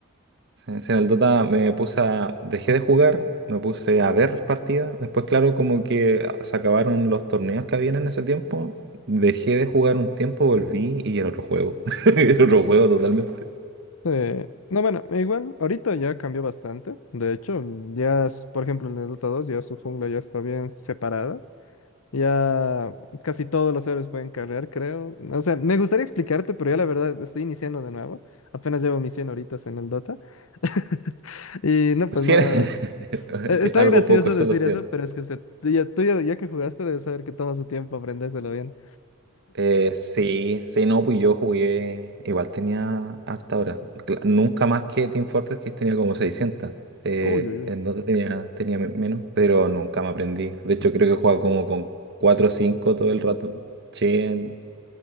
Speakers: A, on the right (about 55°); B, on the left (about 75°).
A: Sí, sí, en el Dota me puse a, dejé de jugar, me puse a ver partidas. Después, claro, como que se acabaron los torneos que habían en ese tiempo. Dejé de jugar un tiempo, volví y era otro juego. <laughs> Era otro juego totalmente.
B: Eh, no, bueno, igual, ahorita ya cambió bastante. De hecho, ya, es- por ejemplo, en el Dota 2 ya su jungla ya está bien separada. Ya casi todos los héroes pueden cargar, creo. O sea, me gustaría explicarte, pero yo la verdad estoy iniciando de nuevo. Apenas llevo mis 100 horitas en el Dota. <laughs> Y no, pues
A: Cien-
B: no.
A: <laughs>
B: E- Está
A: algo
B: gracioso
A: poco, solo
B: decir
A: 100.
B: eso, pero es que se, tú, ya, tú ya- ya que jugaste debes saber que toma su tiempo aprendérselo bien.
A: Eh, sí, sí, no, pues yo jugué, igual tenía harta hora. Cla- Nunca más que Team Fortress, que tenía como seiscientas Eh,
B: Uy, uy, uy.
A: en Dota tenía, tenía me- menos, pero nunca me aprendí. De hecho, creo que jugaba como con 4 o 5 todo el rato. Chen,